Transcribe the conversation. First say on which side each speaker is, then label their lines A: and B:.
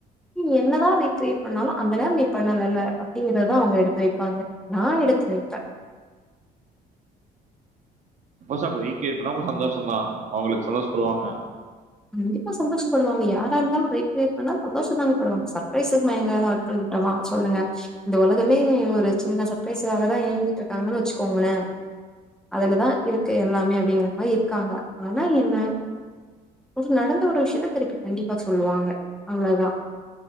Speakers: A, in the centre; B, on the right.
A: நீ என்னதா ரீக்கிரியேட் பண்ணாலு அந்த நேரம் நீ பண்ணலல அப்டிங்கிறத தா அவுங்க எடுத்து வைப்பாங்க நா எ த்து வைப்பே
B: மோஸ்ட்டா ஆஃப் ரீகிரியேட் பன்னா அவுங்க சந்தோஷந்தா அவுங்களுக்கு சந்தோஷப்படுவாங்க
A: கண்டிப்பா சந்தோஷப்படுவாங்க யாரா இருந்தாலு ரீகிரியேட் பண்ணா சந்தோஷந்தான படுவாங்க சர்ப்ரைஸ்க்கு மயங் மயங்காத ஆட்கள் உண்டவா சொல்லுங்க இந்த உலகமே ஒரு சின்ன சர்ப்ரைஸ் காக தா இயங்கீட்டு இருக்காங்கன்னு வச்சுக்கோங்க கோங்கள அதுலதா இருக்கு எல்லாமே அப்டிங்கிற மாரி இருக்காங்க ஆனா என்ன ஒரு நடந்த ஒரு விஷயத்த திருப்பி கண்டிப்பா சொல்லுவாங்க அவ்ளோதா